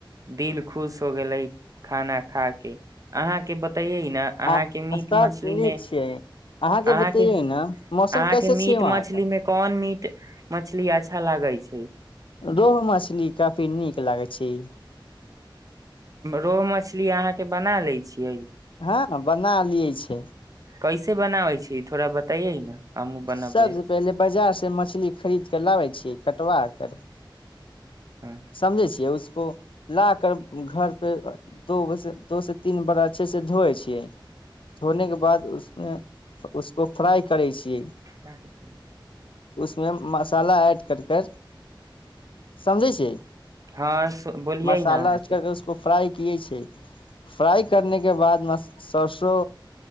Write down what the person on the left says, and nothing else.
आ
आ सब
नीक
छियै
बतैयै ने मौसम
कैसे
छियै वहाँ
के
रोहु मछली काफी नीक लागै छै
हँ बना लिये छै
सबसँ पहिले बाजार से मछली खरीद क लाबै छीिय कटवा कर
समझै छियै ए ना को ला कर घर पे द दो से तीन बार अच्छे से धोए छियै धोने के बाद उसमे उसको फ्राई करे छीियै
उमे मसाला ऐड करकर समझै छियै
मसाला
कर उसको फ्रा पिये छै फ्राइ करने के बाद सरसो